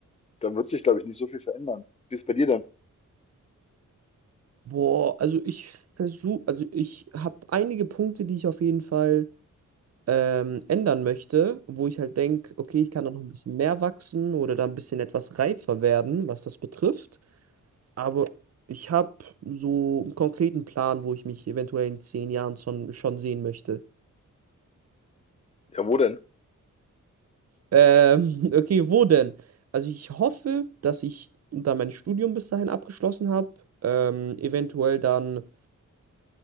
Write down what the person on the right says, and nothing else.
Boah, also ich versuche, also ich habe einige Punkte, die ich auf jeden Fall ähm, ändern möchte, wo ich halt denke, okay, ich kann da noch ein bisschen mehr wachsen oder da ein bisschen etwas reifer werden, was das betrifft. Aber ich habe so einen konkreten Plan, wo ich mich eventuell in zehn Jahren schon, schon sehen möchte.
Ähm, <laughs> okay, wo denn? Also ich hoffe, dass ich da mein Studium bis dahin abgeschlossen habe. Ähm, eventuell dann